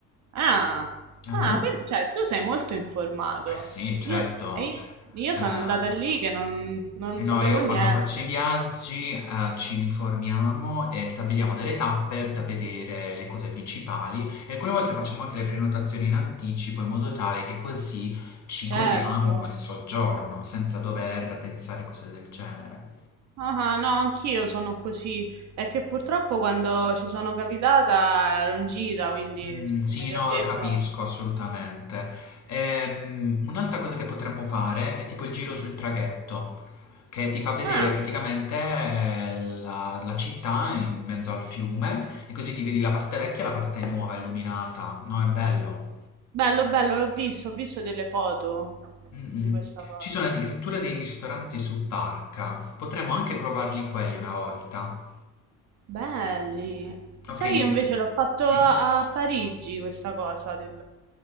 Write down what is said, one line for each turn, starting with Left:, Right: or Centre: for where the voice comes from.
Right: Ah,
Left: Ah.
Right: ah, quindi, cioè, tu sei molto informato.
Left: Eh sì, certo.
Right: Io, e io- io
Left: Eh,
Right: sono andata lì che non, non
Left: Eh no,
Right: sapevo
Left: io
Right: niente.
Left: quando faccio i viaggi, eh, ci uniformiamo e stabiliamo delle tappe da vedere le cose principali e alcune volte facciamo anche le prenotazioni in anticipo in modo tale che così ci
Right: Certo.
Left: godiamo il soggiorno senza dover pensare cose del genere.
Right: Ah, ah, no, anch'io sono così. È che purtroppo quando ci sono capitata ero in gita, quindi,
Left: Mm, sì,
Right: come ti
Left: no,
Right: ho detto...
Left: lo capisco assolutamente. Ehm, un'altra cosa che potremmo fare è tipo il giro sul traghetto, che ti fa vedere
Right: Ah,
Left: praticamente eh, la, la città in mezzo al fiume e così ti vedi la parte vecchia e la parte nuova illuminata. No, è bello.
Right: bello, bello, l'ho visto, ho visto delle foto
Left: Mm, mm.
Right: di questa cosa.
Left: Ci sono addirittura dei ristoranti su barca. Potremmo anche provarli quelli una volta.
Right: Belli.
Left: Ok,
Right: Sai,
Left: li-
Right: io invece l'ho fatto
Left: sì.
Right: a a Parigi questa cosa del,